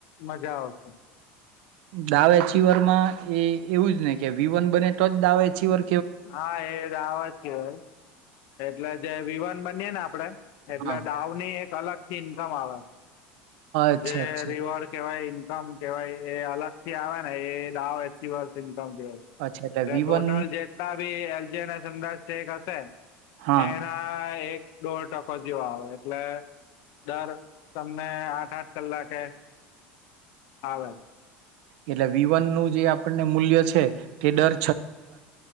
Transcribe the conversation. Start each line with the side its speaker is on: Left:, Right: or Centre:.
Left: મજા આવશે,
Right: દાવેચીવર માં એ એવું જ ને કે વિવન બને તો જ દાવેચીવર
Left: હા, એ દાવજ કેવાય એટલે જે વિવાન બનીય ને આપડે એટલે
Right: હા
Left: દાવની એક અલગ થી ઈન્કમ આવે,
Right: અચ્છા
Left: જે
Right: અચ્છા
Left: રિવોડ કેવાય એની કમ કેવાય એ અલગ થી આવે ને એ દાવ એનીવર્ષરી
Right: અચ્છા એટલે વી
Left: ટોટલ
Right: વન
Left: જેટલા બી એલજીર ના‌ ધંધા સ્ટેક હશે,
Right: હા
Left: એના એક દોઢ ટકો જેવા આવે એટલે, દર તમને આઠ આઠ કલાકે આવે
Right: એટલે વિવન નું જે આપણને મૂલ્ય છે, તે ડર